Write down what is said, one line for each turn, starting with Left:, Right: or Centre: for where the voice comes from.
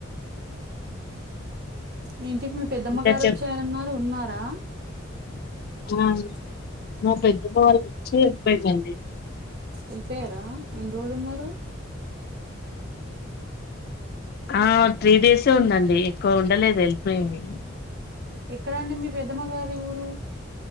Right: మీ ఇంటికి మీ పెద్దమ్మగారు
Left: ఇంకా చెప్
Right: ఒచ్చారన్నారు ఉన్నారా
Left: ఉ మా పెద్దమ్మవాళ్ళు ఒచ్చి ఎల్పోయింది అండి
Right: వెల్పోపోయ్యారా ఎన్ రోలు ఉన్నారు
Left: ఆ త్రీ డేసే ఉందండి ఎక్వా ఉండలేదు ఎల్పాయింది.
Right: ఎక్కడ అండి మీ పెద్దమ్మ గారి ఊరు